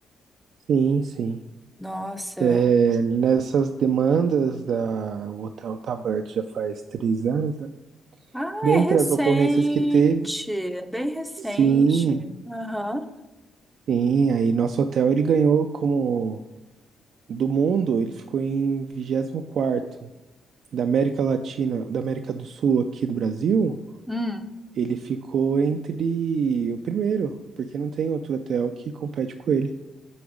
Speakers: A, on the right (about 65°); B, in the centre.
A: Sim, sim.
B: Nossa,
A: É, nessas demandas da o Hotel Tabert já faz três anos, né?
B: ah,
A: Dentre
B: é recente,
A: as ocorrências que teve,
B: é bem recente.
A: sim,
B: Aham.
A: sim, aí nosso hotel ele ganhou como do mundo, ele ficou em vigésimo quarto da América Latina, da América do Sul aqui do Brasil,
B: Hum.
A: ele ficou entre o primeiro, porque não tem outro hotel que compete com ele.